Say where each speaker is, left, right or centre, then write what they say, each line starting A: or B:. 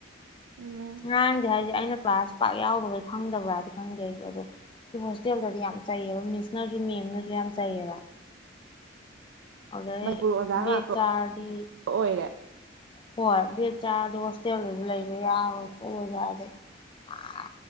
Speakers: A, on the right (about 75°); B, on the left (about 25°).
A: ꯎꯝ
B: ꯉꯥꯡꯗꯦ ꯍꯥꯏꯁꯦ ꯑꯩꯅ ꯀ꯭ꯂꯥꯁ ꯄꯥꯛ ꯌꯥꯎꯗꯕꯩ ꯈꯪꯗꯕ꯭ꯔꯥꯗꯤ ꯈꯪꯗꯦ ꯑꯩꯁꯨ ꯑꯗꯣ ꯁꯤ ꯍꯣꯁꯇꯦꯜꯗꯗꯤ ꯌꯥꯝ ꯆꯩꯌꯦꯕ ꯃꯤꯁꯅꯁꯨ ꯃꯦꯝꯅꯁꯨ ꯌꯥꯝ ꯆꯩꯩꯌꯦꯕ ꯑꯗꯨꯖꯩ
A: ꯃꯅꯤꯄꯨꯔ ꯑꯣꯖꯥ
B: ꯕꯦ
A: ꯉꯥꯛꯇ
B: ꯆꯔꯗꯤ
A: ꯑꯣꯏꯔꯦ
B: ꯍꯣꯏ ꯕꯦꯦꯛ ꯆꯥꯔꯗꯤ ꯍꯣꯁꯇꯦꯜ ꯑꯣꯏꯕ ꯂꯩꯕ ꯌꯥꯔꯣꯏ ꯈꯣꯠꯂꯣꯏꯁꯨ ꯍꯥꯏꯗꯤꯩ ꯑ